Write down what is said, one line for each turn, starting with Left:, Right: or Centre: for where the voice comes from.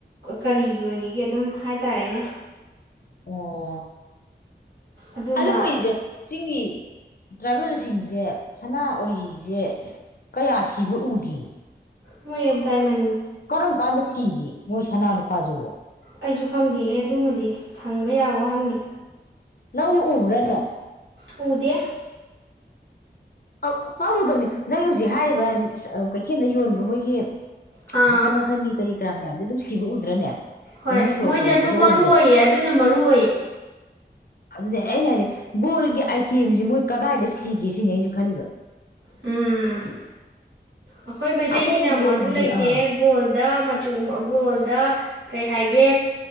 Right: ꯀꯔꯤꯒꯤ ꯑꯣꯏꯒꯦꯒ ꯑꯗꯨꯝ ꯍꯥꯏ ꯇꯔꯦꯅꯦ
Left: ꯑꯣ
Right: ꯑꯗꯨꯅ
Left: ꯑꯗ ꯃꯣꯏꯖ ꯆꯒꯤꯤ ꯇ꯭ꯔꯥꯏꯕꯦꯜꯁꯤꯡꯁꯦ ꯁꯅꯥ ꯎꯔꯤꯁꯦ ꯀꯌꯥ ꯁꯤꯕ ꯎꯗ꯭ꯔꯤ
Right: ꯃꯣꯏ ꯌꯦꯗꯥꯏ ꯃ
Left: ꯀꯔꯣꯡ ꯀꯥꯟꯀꯤꯒꯤ ꯃꯣꯏ ꯁꯅꯥꯔ ꯄꯖꯉ
Right: ꯑꯩꯁꯨ ꯈꯪꯗꯦꯌꯦ ꯑꯗꯨꯃꯗꯤ ꯁꯪꯕ ꯌꯥꯕ ꯋꯥꯍꯪꯅꯤ
Left: ꯅ ꯎꯕ꯭ꯔꯥꯅꯦ
Right: ꯎꯗꯦ
Left: ꯑ ꯄꯥꯎꯒꯗꯕꯅꯤ ꯅꯪ ꯍꯧꯖꯤꯛ ꯍꯥꯏꯔꯤꯕ ꯀꯩꯊꯦꯜꯗ ꯌꯣꯟꯕ ꯃꯣꯏꯒꯤ
Right: ꯑꯥ
Left: ꯃꯈꯟ ꯃꯈꯟꯒꯤ ꯀꯔꯤ ꯭ꯔꯥꯝꯌꯥꯝꯗ ꯗꯨꯁꯇꯤꯕꯨ ꯎꯗ꯭ꯔꯅꯦ
Right: ꯍꯣꯏ
Left: ꯂꯝꯕꯤ ꯁꯣꯔꯣꯛ
Right: ꯃꯣꯏꯗꯤ
Left: ꯆꯠꯂꯛꯄꯗ
Right: ꯑꯗꯨ
Left: ꯑꯣꯏꯔꯁꯨ
Right: ꯃꯔꯨ ꯑꯣꯏꯌꯦ ꯑꯗꯨꯅ ꯃꯔꯨ ꯑꯣꯏꯌꯦ
Left: ꯑꯗꯨꯗꯤ ꯑꯩꯅ ꯍꯥꯏꯗꯤ ꯒꯣꯜꯒꯤ ꯑꯥꯏꯇꯦꯝꯁꯤꯦ ꯃꯣꯏ ꯀꯗꯥꯏꯗ ꯁꯤꯒꯦ ꯁꯤꯅꯦꯁꯨ ꯈꯜꯂꯤꯕ
Right: ꯎꯝ ꯑꯩꯈꯣꯏ ꯃꯩꯇꯩꯒꯤꯅ
Left: ꯑꯩꯈꯣꯏꯅ
Right: ꯑꯃꯨꯛ
Left: ꯒꯣꯜꯒꯤꯗꯤ
Right: ꯑꯗꯨ ꯂꯩꯇꯦ
Left: ꯑꯥ
Right: ꯒꯣꯜ ꯃꯆ ꯃꯪꯒꯣ ꯀꯩ ꯍꯥꯏꯦ